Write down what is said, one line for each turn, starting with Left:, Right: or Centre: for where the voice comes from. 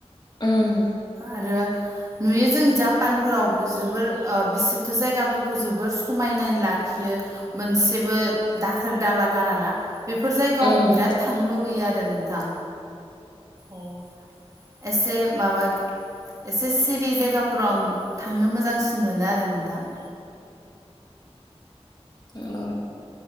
Left: ओम
Right: आरो नुयो जों जापानफोराव जोबोर बिसोरथ' जायगाफोर जोबोर समायना लाखियो मोनसेबो दाखोर दाला गाराना बेफोर जायगायाव
Left: उम,
Right: आं बिराद थांनो लुगैयो आरो नोंथां औ एसे माबा एसे सिरि जायगाफोराव आं थांनो मोजांसिन मोनो आरो नोंथां <inaudible>
Left: नंगौ।